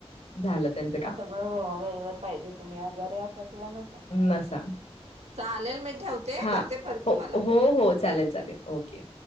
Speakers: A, on the left; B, on the right.
A: झालं त्यांच काम
B: ना सगळं वेळेवर पाहिजे तुम्ही आजारी असा किंवा नसा
A: नसा
B: चालेल मी ठेवते
A: हा
B: करते परत
A: हो
B: तुम्हाला
A: हो चालेल चालेल ओके